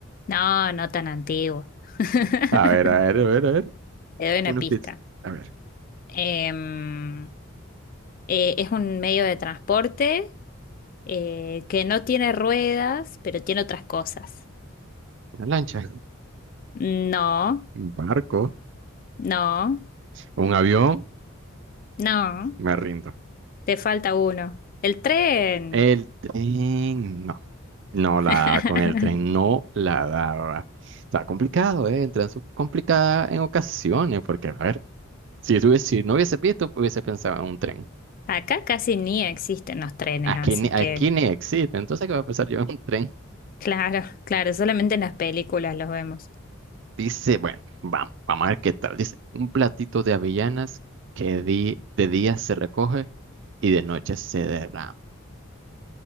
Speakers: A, on the left; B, on the right.
A: No, no tan antiguo. <laughs>
B: A ver, a ver, a ver, a ver.
A: Te doy una
B: Una
A: pista.
B: pizza. A ver,
A: Em, eh, es un medio de transporte eh, que no tiene ruedas, pero tiene otras cosas.
B: una lancha,
A: No,
B: un barco,
A: no,
B: un avión,
A: no.
B: me rindo.
A: Te falta uno. El tren.
B: El tren, no, no
A: <laughs>
B: la daba con el tren, no la daba. Está complicado, ¿eh? Entra en su complicada en ocasiones, porque, a ver, si, tuviese- si no hubiese visto, hubiese pensado en un tren.
A: Acá casi ni existen los trenes,
B: Aquí
A: así
B: ni,
A: que,
B: aquí ni existe. Entonces, ¿qué va a pasar? Lleva un tren.
A: claro, claro, solamente en las películas los vemos.
B: Dice, bueno, vamos, vamos a ver qué tal. Dice, un platito de avellanas que di- de día se recoge y de noche se derrama.